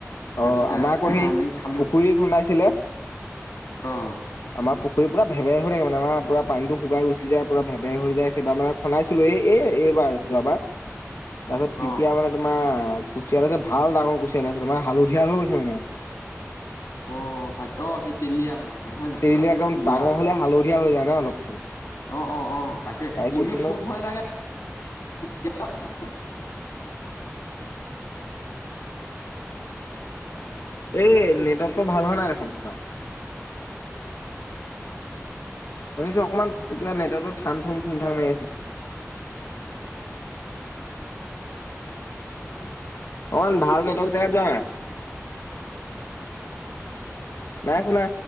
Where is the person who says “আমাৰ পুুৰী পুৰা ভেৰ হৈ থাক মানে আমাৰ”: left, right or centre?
Left